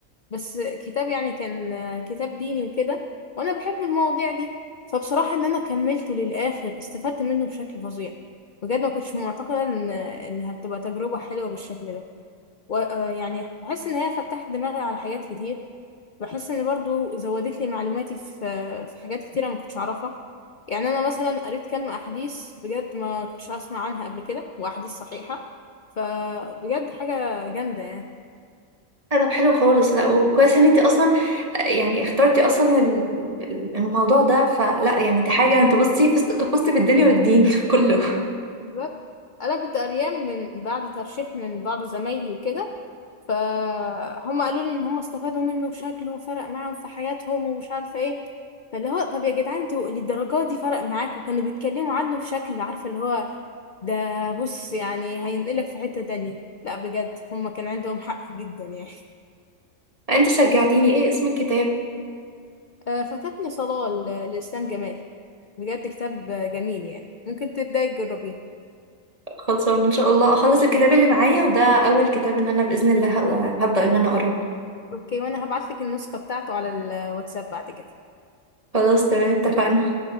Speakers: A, on the left (about 50°); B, on the right (about 25°).
A: بس كتاب يعني كان كتاب ديني وكده وانا بحب المواضيع دي فبصراحة ان انا كملته للاخر استفدت منه بشكل فظيع بجد ما كنتش معتقدة ان ان هتبقى تجربة حلوة بالشكل ده و... آه يعني بحس ان هي فتحت دماغي على حاجات كتير بحس ان برضو زودت لي معلوماتي في في حاجات كتيرة ما كنتش اعرفها يعني انا مثلا قريت كم احاديث بجد ما كنتش اسمع عنها قبل كده واحاديث صحيحة فبجد حاجة جامدة يعني
B: لا، طب حلو خالص لا وكويس ان انت اصلا يعني اخترتي اصلا ال- ال- الموضوع ده فلا يعني دي حاجه انت بصي فزت فزت بالدنيا والدين <laughs> كله
A: بالظبط انا كنت قريان من بعد ترشيح من بعض زمايلي وكده فهم قالوا لي ان هم استفادوا منه بشكله وفرق معاهم في حياتهم ومش عارفه ايه فاللي هو طب يا جدعان انتوا للدرجه دي فرق معاكم كانوا بيتكلموا عنه بشكل عارفه اللي هو ده بص يعني هينقلك في حته تانية لا بجد هم كان عندهم حق جدا يعني
B: انت شجعتيني ايه اسم الكتاب
A: آه، فاتتني صلاه ل- لاسلام جمال بجد كتاب جميل يعني ممكن تبداي تجربيه
B: خلصان ان شاء الله اخلص الكتاب اللي معايا وده اول كتاب ان انا باذن الله هبدا هبدأ ان انا اقراه
A: اوكي وانا هبعتلك النسخه بتاعته على الواتساب بعد كده
B: خلاص تمام اتفقنا